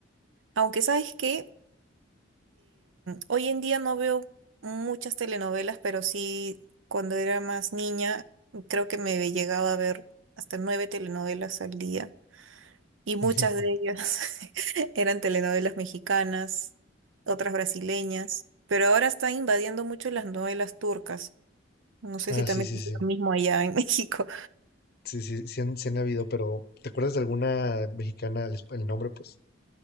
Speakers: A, on the right; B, on the left.
A: Aunque sabes que hoy en día no veo muchas telenovelas, pero sí cuando era más niña creo que me llegaba a ver hasta nueve telenovelas al día. Y muchas
B: <laughs>
A: de ellas <laughs> eran telenovelas mexicanas, otras brasileñas. Pero ahora están invadiendo mucho las novelas turcas. No sé
B: Ah,
A: si también
B: sí, sí,
A: es
B: sí.
A: lo mismo allá en <laughs> México.
B: Sí, sí, sí han, sí han habido, pero ¿te acuerdas de alguna mexicana el, esp- el nombre? Pues